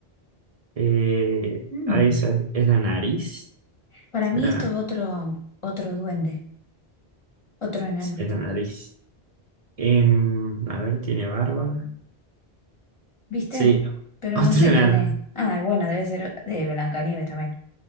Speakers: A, on the right (about 40°); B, on the left (about 30°).
A: Eh,
B: Mm.
A: ahí es, es la nariz.
B: Para
A: ¿Será?
B: mí esto es otro, otro duende, otro enano.
A: Sí, es la nariz. Em, a ver, tiene barba.
B: ¿Viste?
A: Sí, <laughs>
B: Pero
A: otro
B: no sé
A: enano,
B: quién es. Ah, bueno, debe ser de Blancanieves también.